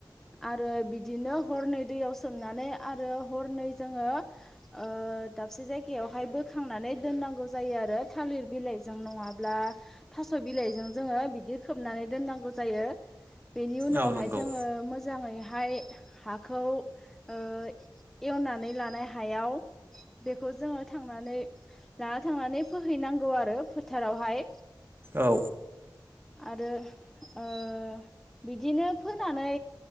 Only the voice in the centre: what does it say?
आरो बिदिनो हरनै दैयाव सोमनानै आरो हरनै जोङो ओ दाबसे जायगायावहाय बोखांनानै दोननांगौ जायो आरो थालिर बिलाइजों नङाब्ला थास' बिलाइजों जोङो बिदि खोबनानै दोननांगौ जायो। बेनि उनावहाय
जोङो मोजाङै हाय हाखौ ओ एवनानै लानाय हायाव बेखौ जोङो थांनानै लाना थांनानै फोहैनांगौ आरो फोथारावहाय।
आरो ओ बिदिनो फोनानै